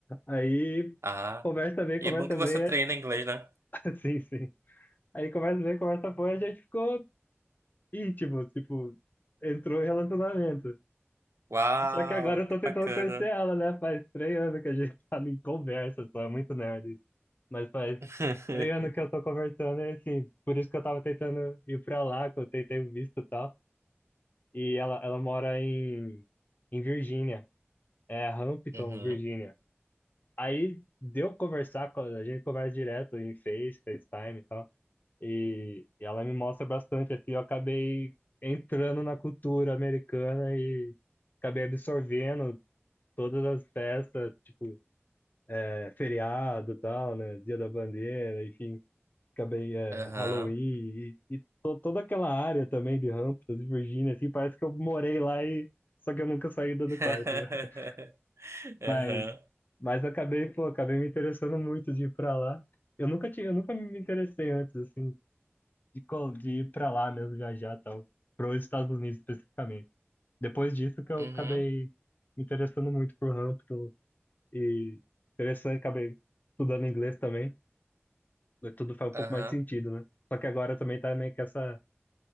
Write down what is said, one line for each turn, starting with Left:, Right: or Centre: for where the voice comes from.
Left: Aí
Right: Ah,
Left: conversa bem,
Right: e
Left: conversa
Right: é bom que
Left: bem.
Right: você treina inglês, né?
Left: <laughs> Sim, sim. Aí conversa bem, conversa foi, a gente ficou íntimo, tipo, entrou em relacionamento.
Right: Uau,
Left: Só que agora eu tô
Right: que
Left: tentando
Right: bacana.
Left: conhecer ela, né? Faz três anos que a gente <laughs> tá em conversa, só é muito nerd. Mas faz
Right: <laughs>
Left: três anos que eu tô conversando e assim, por isso que eu tava tentando ir pra lá, que eu tentei o visto e tal. E ela, ela mora em, em Virgínia, é Hampton,
Right: Uhum,
Left: Virgínia. Aí deu conversar, com- a gente conversa direto em Face, FaceTime e tal. E, e ela me mostra bastante, assim, eu acabei entrando na cultura americana e acabei absorvendo todas as festas, tipo, é, feriado e tal, né? Dia da Bandeira, enfim acabei é,
Right: aham.
Left: Halloween e, e to- toda aquela área também de Hamptons e Virgínia, assim, parece que eu morei lá e só que eu nunca saí do
Right: <laughs>
Left: do quarto, né? <laughs>
Right: Aham,
Left: Mas, mas eu acabei, pô, acabei me interessando muito de ir pra lá. Eu nunca tinha, eu nunca me interessei antes, assim, de, co- de ir pra lá mesmo, viajar e tal, pros Estados Unidos especificamente. Depois disso que eu
Right: uhum,
Left: acabei me interessando muito por Hampton e interessante, acabei estudando inglês também, tudo faz um
Right: aham.
Left: pouco mais de sentido, né? Só que agora também tá meio que essa